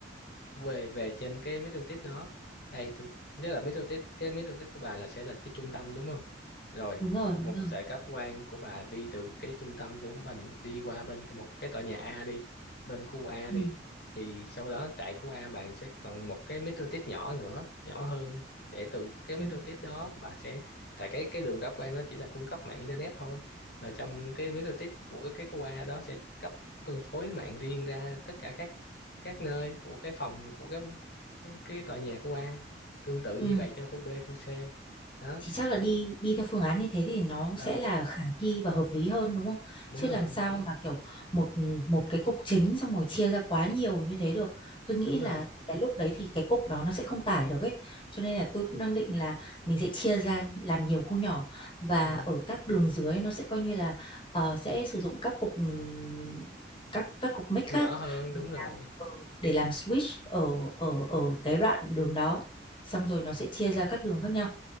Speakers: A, on the left; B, on the left.
A: về về trên cái middle test đó đây tôi tức là middle test cái middle test của bà là sẽ là cái trung tâm đúng không rồi
B: đúng rồi đúng
A: một
B: rồi
A: sợi cáp quang của bà đi từ cái trung tâm của mình đi qua bên cái- một cái tòa nhà A đi bên khu A
B: ừ.
A: đi thì sau đó tại khu A bạn sẽ còn một cái middle test nhỏ nữa nhỏ hơn để từ cái middle
B: Ừ.
A: test đó bà sẽ tại cái cái đường cáp quang nó chỉ là cung cấp mạng internet thôi rồi trong cái middle test của cái khu A đó sẽ cấp phân phối mạng riêng ra tất cả các các nơi của cái phòng của cái cái cái tòa nhà khu A tương tự như
B: Ừ.
A: vậy cho khu B khu C đó
B: thì chắc là đi đi theo phương án như thế thì nó
A: ừ
B: sẽ là khả thi và hợp lý hơn đúng không?
A: đúng
B: Chứ làm
A: rồi
B: sao Ừ. mà kiểu một một cái cục chính xong rồi chia ra quá nhiều như thế được. Tôi nghĩ
A: đúng
B: là
A: rồi
B: cái lúc đấy thì cái cục đó nó sẽ không tải được ấy. Cho nên là tôi cũng đang định là mình sẽ chia ra làm nhiều khu nhỏ và
A: ừ.
B: ở các đường dưới nó sẽ coi như là ờ, sẽ sử dụng các cục ừm, các các cục mic khác
A: nhỏ hơn đúng
B: để
A: rồi
B: làm, ờ, để làm switch ở ở ở cái đoạn đường đó. Xong rồi nó sẽ chia ra các đường khác nhau